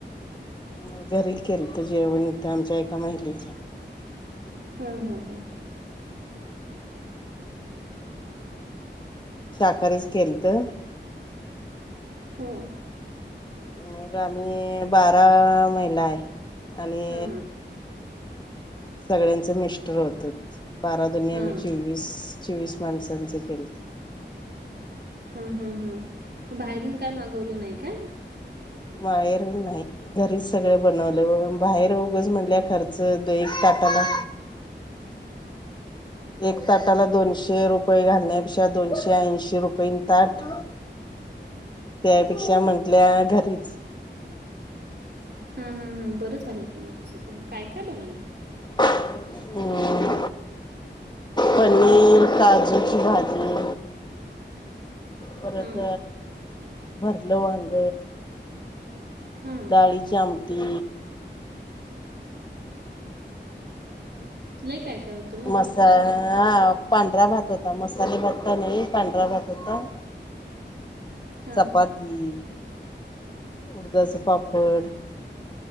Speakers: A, on the left (about 25°); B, on the right (about 60°).
A: मग घरी केलंत जेवण इथं आमच्या एका महिलेच्या
B: हा हा हा.
A: शाकाहारीच केलत.
B: हा.
A: मग आम्ही बारा महिला आहे आणि
B: हा
A: सगळ्यांचं मिस्टर होतं बारा दुणे
B: हा
A: आमी चोवीस चोवीस माणसांचं केलत.
B: हा हा हा बाहेरून काय मागवलं नाही काय?
A: बाहेरून नाही. घरीच सगळं बनवलं बाहेर उगच म्हणल्या खर्च द एक ताटाला एक ताटाला दोनशे रुपये घालण्यापेक्षा दोनशे ऐंशी रुपयेन ताट
B: <inaudible>
A: त्यापेक्षा म्हंटल्या घरीच
B: हा हा हा बरं झालंय की मग तस ते मग काय काय बनवलेलं.
A: हम्म. पनीर, काजूची भाजी. परत
B: हा
A: भरलं वांग
B: हा
A: डाळीची आमटी.
B: लयी काय काय होत.
A: मसा हा पांढरा भात होता मसाले भात का नाही पांढरा भात होता.
B: हा
A: चपाती बाकी उडदाच पापड.